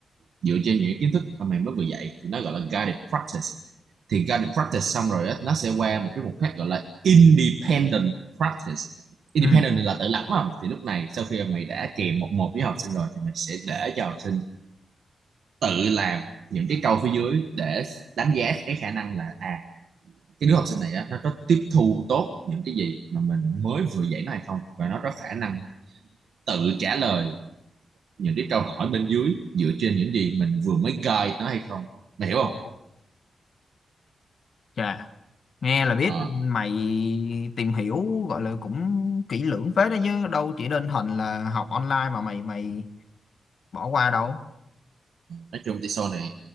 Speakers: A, on the right; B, on the left.
A: dựa trên những kiến thức mà mày mới vừa dạy thì nó gọi là guided practice thì guided practice xong rồi á, nó sẽ qua một cái mục khác gọi là independent practice independent
B: ừ
A: là tự lập mà thì lúc này sau khi mày đã kèm một một với học sinh rồi thì mày sẽ để cho học sinh tự làm những cái câu phía dưới để đánh giá cái khả năng là à cái đứa học sinh này á, nó có tiếp thu tốt những cái gì mà mình mới vừa dạy nó hay không và nó có khả năng tự trả lời những cái câu hỏi bên dưới dựa trên những gì mình vừa mới guide nó hay không mày hiểu không
B: ồ chà nghe là biết
A: Ờ,
B: mày tìm hiểu gọi là cũng kỹ lưỡng phết đó chứ đâu chỉ đơn thuần là học online mà mày mày bỏ qua đâu
A: nói chung thì sau này